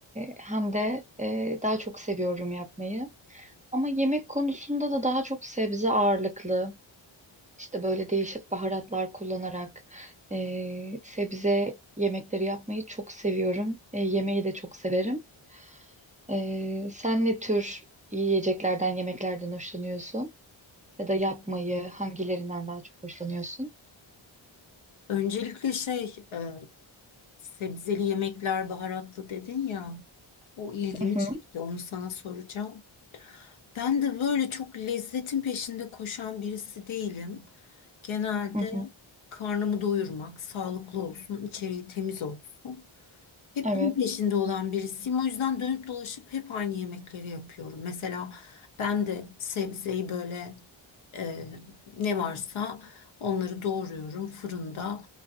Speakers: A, on the right; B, on the left.
A: hem de e, daha çok seviyorum yapmayı. Ama yemek konusunda da daha çok sebze ağırlıklı, işte böyle değişik baharatlar kullanarak e, sebze yemekleri yapmayı çok seviyorum. E, yemeği de çok severim. E, sen ne tür yiyeceklerden, yemeklerden hoşlanıyorsun? Ya da yapmayı hangilerinden daha çok hoşlanıyorsun?
B: Öncelikle şey e, sebzeli yemekler baharatlı dedin ya o ilgimi
A: Hı
B: çekti
A: hı,
B: onu sana soracağım. Ben de böyle çok lezzetin peşinde koşan birisi değilim. Genelde
A: hı hı.
B: karnımı doyurmak, sağlıklı olsun, içeriği temiz olsun. Hep
A: Evet.
B: bunun peşinde olan birisiyim. O yüzden dönüp dolaşıp hep aynı yemekleri yapıyorum. Mesela ben de sebzeyi böyle e, ne varsa onları doğruyorum fırında.